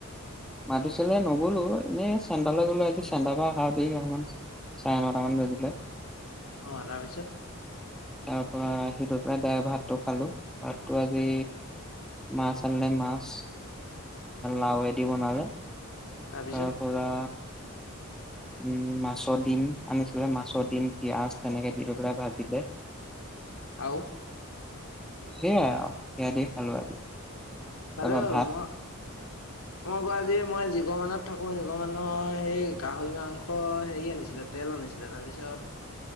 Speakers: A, in the centre; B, on the left.
A: মাতিছিলে নগলো এনে চেন্টালৈ গলো আজি চেন্টা পৰা আহাও দেৰি অকমান। চাৰে ন তা মান বাজিলে।
B: অঁ তাৰপিছত
A: তাৰ পৰা সিহঁতৰ পৰা দাৰেক্ত ভাতটো খালো। ভাতটো আজি মাছ আনিলে মাছ লাওৱেদি বনালে।
B: তাৰপিছত
A: তাৰ পৰা উম, মাছ দিম আনিছিলে মাছ দিম পিয়াজ তেনেকে দি পিলে ভাজিলে। <unintelligible>
B: আও
A: সেয়াই আৰু সেয়া দি খালো আজি।
B: ভলে
A: তাৰপা
B: হ'ল
A: ভাত
B: মই মই আকৌ আজি মই যিঘৰ মানুহত থাকো, সেঘৰ মানুহৰ সেই গাহৰি মাংস হেৰি আনিছিলে তেল আনি ছিলে। তাৰপিছত